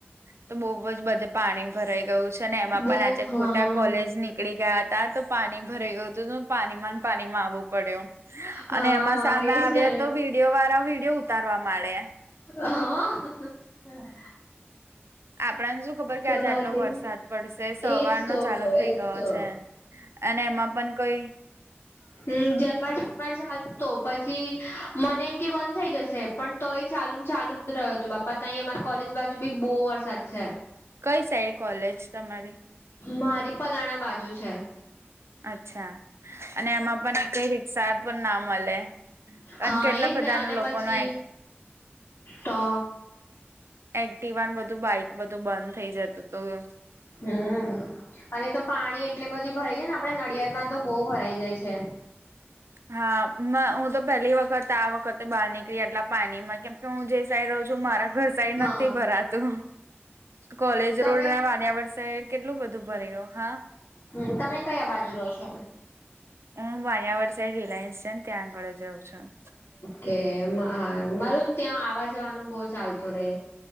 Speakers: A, on the right (about 80°); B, on the left (about 75°).
A: તો બોવજ બધે પાણી ભરાઈ ગયું છે ને એમાં પણ
B: બો
A: આજે
B: હા
A: ખોટા કોલેજ ની પકડી ગયા હતા તો પાણી ભરાય ગ્યુંતું પાણી ન પાણી માં આવવું પડ્યું
B: હા
A: અને એમાં સામે
B: એજ
A: આવ્યા
B: ને
A: તોવી વિડયો વાળા વિડીયો ઉતારવા મળે
B: હા
A: આપડને શું ખબર કે
B: સવારે
A: આજે આટલો વરસાદ પડશે સવારનો
B: એજ તો
A: ચાલુ થઇ
B: એજ
A: ગયો
B: તો
A: છે અને એમાં પણ કઈ
B: હમ્મ જર્મર પણ ચા તો પછી મને એમ કે બંધ થઈ જશે પણ તો એ ચાલુ ને ચાલુ જ રહ્યો હત બાપા ત અમારા કોલેજ બાજુ બી બો વરસાદ છે
A: કઈ સાઈડ કોલેજ તમારી
B: મારી પલાણા બાજુ છે
A: અચ્છા અને એમાં પણ કઈ રિક્ષા પણ ના મળે
B: હા
A: અને કેટલા
B: એજ
A: બધાના
B: ને અને
A: લોકોના
B: પછી તો
A: એક્ટિવાને બધું બાઈક બધું બંધ થઈ જતું હતું
B: હમ્મ અને તો પાણી એટલે બધી ભરાય જાય ને આપડે નડિયાદ માં તો બોવ ભરાઈ જાય છે
A: હા હું તો પેલી વખત આ વખતે બહાર નીકળી આટલા પાણીમાં કેમ હું જે સાઈ રહું છું મારા ઘર સાઈટ
B: હા
A: નથી ભરાતું કોલેજ
B: તમે
A: રોડ વાનિયાવડ સાઈડ કેટલું બધું ભરે ગયું હા
B: હમ તમે કયા બાજુ રહો છો
A: હ હું અહીંયાવાળ સાઈડ રિલાયન્સ છે ને ત્યાં આગળ જાઉં છું.
B: કે હા મારું ત્યાં આવા જવાનું બહ ચાલતું રહે.